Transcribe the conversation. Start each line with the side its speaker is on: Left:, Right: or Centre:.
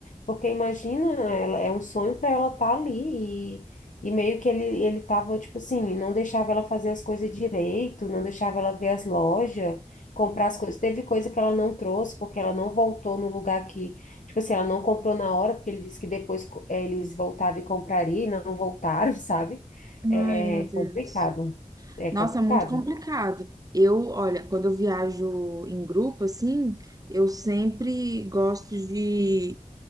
Left: porque imagina, ela, é um sonho para ela estar ali e E meio que ele, ele tava, tipo assim, não deixava ela fazer as coisas direito, não deixava ela ver as lojas comprar as coisas. Teve coisa que ela não trouxe, porque ela não voltou no lugar que, tipo assim, ela não comprou na hora, porque ele disse que depois co- eh, eles voltavam e comprariam, e não voltaram, <laughs> sabe?
Right: Ai,
Left: É
Right: meu Deus.
Left: complicado. É
Right: Nossa,
Left: complicado.
Right: é muito complicado. Eu, olha, quando eu viajo em grupo, assim, eu sempre gosto de